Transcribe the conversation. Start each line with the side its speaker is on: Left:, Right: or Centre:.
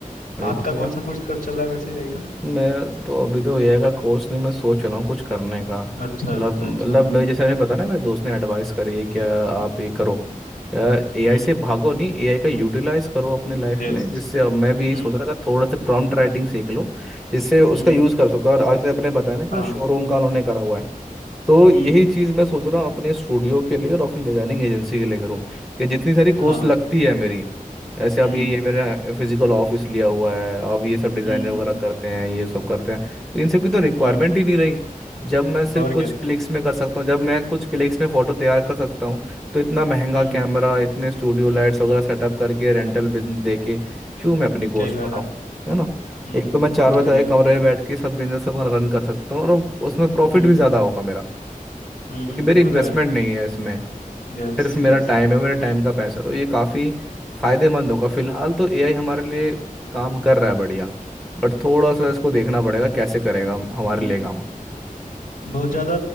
Centre: नहीं
Left: आपका
Centre: किया
Left: कौन सा कोर्स कर चल रहा है वैसे आई का
Centre: मेरा तो अभी तो ये का कोर्स नहीं मैं सोच रहा हूँ कुछ करने का
Left: अच्छा
Centre: मतलब
Left: अच्छा
Centre: मतलब
Left: अच्छा
Centre: मैं-
Left: हम्म
Centre: जैसे मैंने पता ना मेरे दोस्त ने एडवाइस करी क्या आप ये करो एआई
Left: yes। हम्म
Centre: से भागो नहीं एआई का यूटिलाइज करो अपने लाइफ
Left: यस
Centre: में जिससे अब मैं भी यही
Left: हम्म
Centre: सोच रहा था थोड़ा सा प्रॉम्प्ट राइटिंग सीख लूँ जिससे उसका
Left: हम्म
Centre: यूज़ कर सकूँ और जैसे आपने बताया ना कि
Left: हाँ
Centre: वो शोरूम का उन्होंने करा हुआ है तो
Left: हम्म
Centre: यही चीज़ मैं सोच रहा हूँ अपने स्टूडियो के लिए और अपनी डिजाइनिंग एजेंसी के लिए करूँ कि जितनी सारी कोर्स
Left: हाँ हाँ
Centre: लगती है मेरी ऐसे अब
Left: हम्म
Centre: ये ये मेरा फिजिकल ऑफिस लिया हुआ है अब ये सब डिज़ाइनर
Left: हम्म
Centre: वगैरह करते हैं ये सब करते हैं तो इन सब की तो रिक्वायरमेंट
Left: हम्म हम्म।
Centre: ही नहीं रही जब मैं सिर्फ
Left: और
Centre: कुछ
Left: क्या
Centre: क्लिक्स में कर सकता हूँ जब मैं कुछ क्लिक्स में फ़ोटो तैयार कर सकता हूँ तो इतना महंगा
Left: हम्म
Centre: कैमरा इतने स्टूडियो लाइट्स वगैरह
Left: हम्म
Centre: सेटअप
Left: हम्म।
Centre: करके रेंटल बिजनेस दे के क्यों मैं अपनी कॉस्ट
Left: क्या ही फायदा
Centre: बढ़ाऊँ है ना
Left: हम्म
Centre: एक तो मैं चार
Left: वो
Centre: बजे
Left: तो है ही है
Centre: एक कमरे में बैठ के सब बिजनेस अपना रन कर सकता हूँ और उसमें प्रॉफिट
Left: हम्म
Centre: भी ज़्यादा
Left: हम्म
Centre: होगा मेरा
Left: हम्म,
Centre: क्योंकि मेरी इन्वेस्टमेंट
Left: वो तो है
Centre: नहीं है इसमें
Left: Yes
Centre: सिर्फ मेरा
Left: yes
Centre: टाइम है मेरे टाइम का पैसा तो ये काफ़ी फायदेमंद होगा फिलहाल तो
Left: हम्म
Centre: एआई हमारे लिए काम कर रहा है बढ़िया बट थोड़ा सा इसको देखना पड़ेगा कैसे करेगा हम- हमारे
Left: हम्म।
Centre: लिए काम
Left: बहुत ज़्यादा